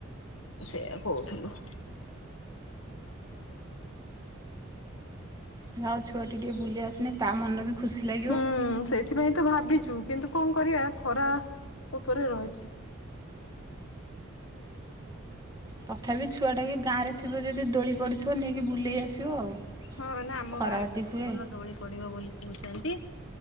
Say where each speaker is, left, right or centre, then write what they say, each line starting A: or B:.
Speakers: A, on the left; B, on the right.
A: ସେୟା କହୁଥିଲୁ।
B: ଯା ହଉ ଛୁଆ ଟି ଟିକେ ବୁଲି ଆସଲେ ତା ମନ ବି ଖୁସି ଲାଗିବ
A: ହୁଁ ସେଥିପାଇଁ ତ ଭାବିଛୁ କିନ୍ତୁ କଣ କରିବା ଖରା ଉପରେ ରହିଛି।
B: ତଥାପି ଛୁଆଟା କି ଗାଁରେ ଥିବ ଯଦି ଦୋଳି ପଡ଼ିଥିବ ନେଇକି ବୁଲେଇ ଆସିବ ଆଉ।
A: ହଁ ନା ଆମ
B: ଖରାତି
A: ଗାଁରେ
B: ହୁଏ
A: ଭଲ ଦୋଳି ପଡିବ ବୋଲି କହୁଛନ୍ତି।